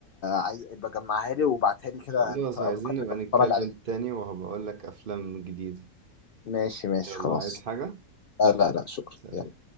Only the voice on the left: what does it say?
عايز بجمعها لي وبعتها لي كده
نت- ممكن
نبقى
نتفرج عليها
ماشي ماشي
خلاص
آه لا لا شكرا
يلا